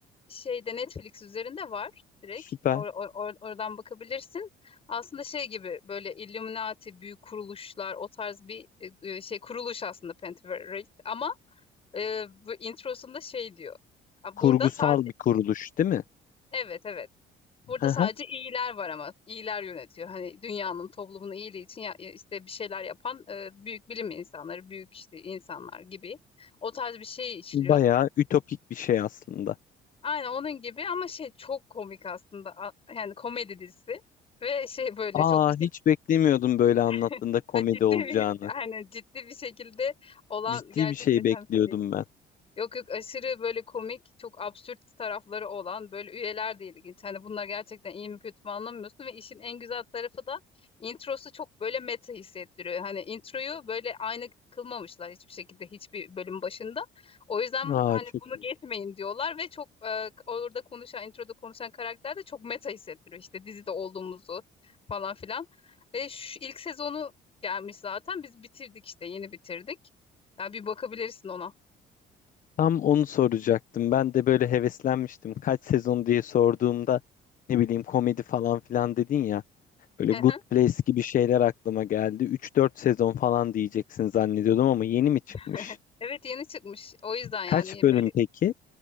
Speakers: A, on the left; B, on the left.
A: şeyde Netflix üzerinde var direkt.
B: Süper.
A: Or- or- or- oradan bakabilirsin. Aslında şey gibi böyle Illuminati büyük kuruluşlar o tarz bir e, e, şey kuruluş aslında Pentaverate ama e, bu introsunda şey diyor. "A,
B: Kurgusal
A: Burada sadece
B: bir kuruluş, değil mi?
A: evet evet. Burada
B: Hı
A: sadece
B: hı.
A: iyiler var ama iyiler yönetiyor. Hani dünyanın toplumun iyiliği için ya, işte bir şeyler yapan e, büyük bilim insanları, büyük işte insanlar gibi o tarz bir şey işliyor.
B: Bayağı ütopik bir şey aslında.
A: Aynen onun gibi ama şey çok komik aslında. A- Yani komedi dizisi ve şey böyle
B: Aa,
A: çok işin
B: hiç beklemiyordum böyle anlattığında
A: <laughs>
B: komedi
A: ha, ciddi
B: olacağını.
A: bir aynen ciddi bir şekilde olan
B: Ciddi
A: gerçekleşen
B: bir şey bekliyordum
A: bir şey değil.
B: ben.
A: Yok yok aşırı böyle komik, çok absürt tarafları olan böyle üyeler de ilginç. Hani bunlar gerçekten iyi mi kötü mü anlamıyorsun ve işin en güzel tarafı da introsu çok böyle meta hissettiriyor. Hani introyu böyle aynı kılmamışlar hiçbir şekilde hiçbir bölüm başında. O yüzden
B: Aa,
A: hani
B: çok
A: bunu
B: iyi.
A: geçmeyin diyorlar ve çok e, orada konuşan, introda konuşan karakter de çok meta hissettiriyor. İşte dizide olduğumuzu falan filan. Ve şu ilk sezonu gelmiş zaten. Biz bitirdik işte yeni bitirdik. Ya bir bakabilirsin ona.
B: Tam onu soracaktım. Ben de böyle heveslenmiştim. Kaç sezon diye sorduğumda ne bileyim komedi falan filan dedin ya. Böyle
A: <laughs>
B: Good Place gibi şeyler aklıma geldi. Üç dört sezon falan diyeceksin zannediyordum ama yeni mi çıkmış?
A: <laughs> Evet yeni çıkmış. O yüzden yani
B: Kaç bölüm
A: böyle
B: peki?